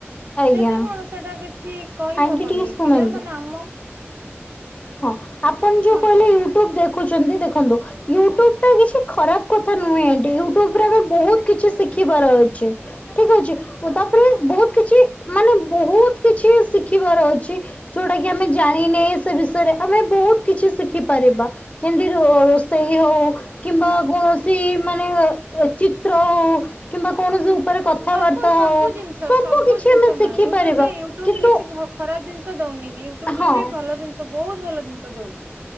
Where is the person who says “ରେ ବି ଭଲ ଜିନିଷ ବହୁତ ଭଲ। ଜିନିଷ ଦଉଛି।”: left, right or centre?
Right